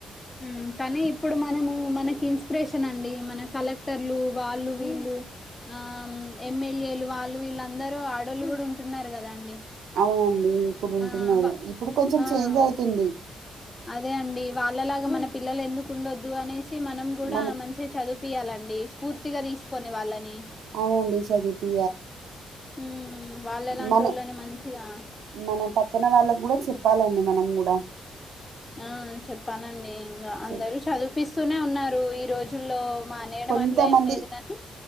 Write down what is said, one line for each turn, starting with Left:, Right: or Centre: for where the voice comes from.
Left: మ్ కానీ ఇప్పుడు మనము మనకి ఇన్స్పిరేషన్ అండి మన కలెక్టర్లు వాళ్ళు వీళ్ళు ఆ ఎమ్మెల్యేలు వాళ్ళు వీళ్ళందరు ఆడాళ్లు కూడా ఉంటున్నారు కదా అండి.
Right: అవునండి ఇప్పుడు ఉంటున్నారు
Left: ఆ వ
Right: ఇప్పుడు కొంచెం
Left: ఆ
Right: చేంజ్ అయితుంది.
Left: అదే అండి వాళ్ళలాగా మన పిల్లలు ఎందుకు ఉండొద్దు అనేసి మనం కూడా
Right: మన
Left: మంచిగా చదిపియాలండి స్ఫూర్తిగా తీసుకొని వాళ్ళని
Right: వునండి చదిపి
Left: హ్మ్ వాళ్ళలాంటోళ్ళని
Right: మన
Left: మంచిగా
Right: మన పక్కన వాళ్ళకి కూడా చెప్పాలండి మనం కూడా
Left: ఆ చెప్పాలండి ఇంకా
Right: చెప్
Left: అందరు చదిపిస్తూనే ఉన్నారు. ఈ రోజుల్లో మానేయడం
Right: కొంతమంది
Left: అట్లా ఏం లేదు కానీ